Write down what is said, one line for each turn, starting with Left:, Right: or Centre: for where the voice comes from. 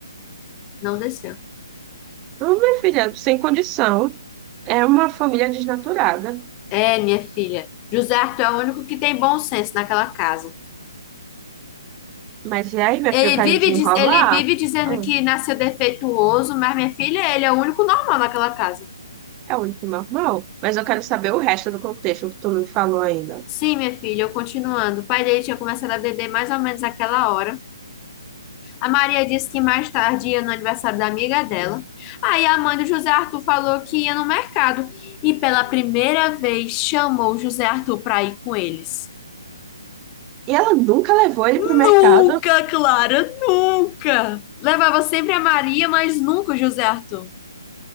Left: Não desceu.
Right: Ô, minha filha, sem condição. É uma família desnaturada.
Left: É, minha filha. José Arthur é o único que tem bom senso naquela casa.
Right: Mas e aí, minha
Left: Ele
Right: filha, eu quero
Left: vive,
Right: desenrolar?
Left: ele vive dizendo
Right: Ah,
Left: que nasceu defeituoso, mas minha filha, ele é o único normal naquela casa.
Right: é o único normal. Mas eu quero saber o resto do contexto que tu não falou ainda.
Left: Sim, minha filha, eu continuando. O pai dele tinha começado a beber mais ou menos naquela hora. A Maria disse que mais tarde ia no aniversário da amiga dela. Aí a mãe do José Arthur falou que ia no mercado e pela primeira vez chamou o José Arthur para ir com eles.
Right: E ela nunca levou ele pro
Left: Nunca,
Right: mercado?
Left: Clara, nunca! Levava sempre a Maria, mas nunca o José Arthur.